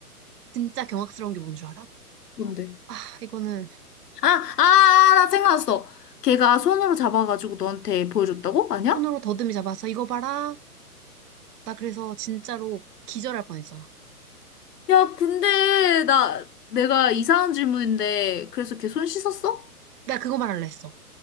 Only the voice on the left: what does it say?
뭔데?
아, 아, 아, 나 생각났어. 걔가 손으로 잡아가지고 너한테 보여줬다고? 아니야?
야, 근데 나 내가 이상한 질문인데 그래서 걔 손 씻었어?